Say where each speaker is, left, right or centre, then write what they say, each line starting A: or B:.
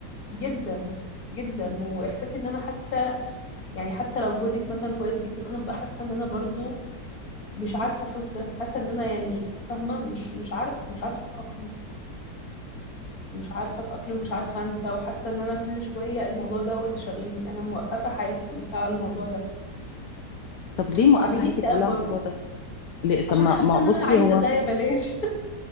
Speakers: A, on the left (about 60°); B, on the left (about 75°).
A: جدا جدا واحساسي ان انا حتى يعني حتى لو جوزك مثلا كويس جدا انا ببقى حاسه ان انا برضو مش عارفه اشوف ده حاسه ان انا يعني فاهمه مش مش عارفه مش عارفه اتاقلم مش عارفة أتأقلم مش عارفة أنسى وحاسة إن أنا كل شوية الموضوع ده هو اللي شاغلني أنا موقفة حياتي كلها على الموضوع ده
B: طب ليه موقفه
A: فعامل
B: حياتك
A: لي اكتئاب
B: كلها
A: برضه
B: على الموضوع ده ليه طب
A: عشان
B: ما
A: حاسة
B: ما
A: إن
B: بصي
A: أنا عايزة
B: هو
A: ده يا بلاش